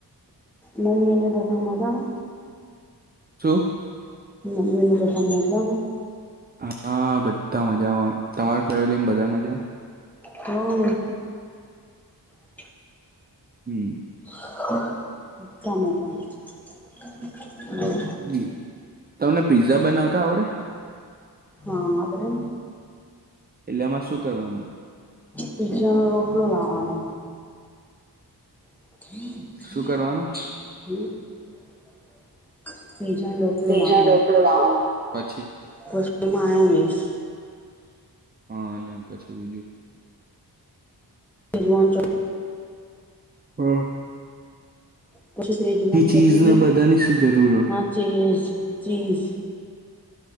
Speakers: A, in the centre; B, on the right.
A: મ્મીને બધાં મજામાં?
B: છું.
A: મ્મી ન બધા મજામાં.
B: હ અ બધા મજામાં. તમારા ફેવલીમ બધા મજામ.
A: હા એ. <inaudible>
B: હમ્મ.
A: <inaudible>
B: હમ્મ તમને પિઝા બનાવતા આવડે?
A: હા આવડેને.
B: એટલે એમાં શું કરવાનું?
A: પિઝાનો રોટલો લાવવાનો. <inaudible>
B: શું કરવાનું
A: પીઝાનો રોટલો
B: પિજાનો
A: લાવવાનો
B: રોટલો લાવવાનો. પછી?
A: પછી એમાં આયોનીઝ
B: હા <unintelligible>
A: સેજવાન ચટ
B: હા.
A: પછી સેજવાન ચટણી,
B: ચીઝ ને બધાની શું જરૂર હોય
A: આ ચીઝ-ચીઝ